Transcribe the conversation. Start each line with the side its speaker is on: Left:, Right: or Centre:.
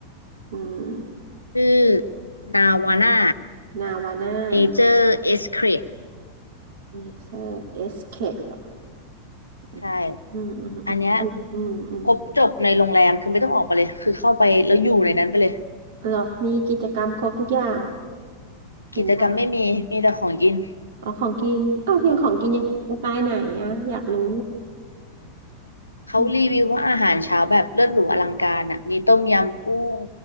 Right: อืม
Left: ชื่อนาวาน่า
Right: นาวาน่านะ
Left: เนเจอร์เอสเครด
Right: เอเซอร์เอสเคดเหรออืมอืมอืมอืมอันอืมอืม
Left: ใช่อันเนี้ยครบจบในโรงแรมคือไม่ต้องออกมาเลยคือเข้าไปแล้วอยู่ในนั้นไปเลย
Right: เหรอมีกิจกรรมครบทุกอย่างอย่างเงี้ย
Left: กิจกรรมไม่มีมีแต่ของกิน
Right: อ๋อของกินอ้าวเพียงของกินยังไงสไตล์ไหนอะอยากรู้
Left: เขารีวิวว่าอาหารเช้าแบบเลิศหรูอลังการอ่ะมีต้มยำกุ้ง
Right: อืม